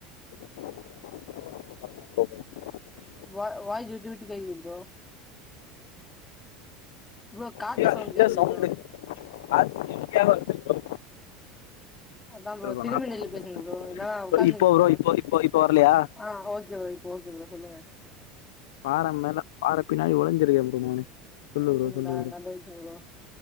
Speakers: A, on the left; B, on the left.
A: <inaudible>
B: வா வாயிஜ் விட்டு விட்டுக்கு கேக்குது ப்ரோ ப்ரோ காத்து
A: இங்க
B: சவுண்ட்
A: இங்க
B: கேக்குது
A: சவுண்டு
B: ப்ரோ.
A: அது ஹெவியா வருது ப்ரோ
B: அதா ப்ரோ
A: <unintelligible>
B: திரும்பி நில்லு பேசுங்க ப்ரோ. இல்லனா உக்காந்துக்கங்க
A: இப்ப ப்ரோ இப்போ இப்போ இப்போ வரலையா
B: ஆ ஓகே ப்ரோ இப்ப ஓகே ப்ரோ சொல்லுங்க
A: பாற மேல பாள பின்னாடி ஒழிஞ்சிருக்கே ப்ரோ நானு சொல்லு
B: அப்டிங்களா?
A: ப்ரோ சொல்லு ப்ரோ
B: நல்ல விஷயம் ப்ரோ.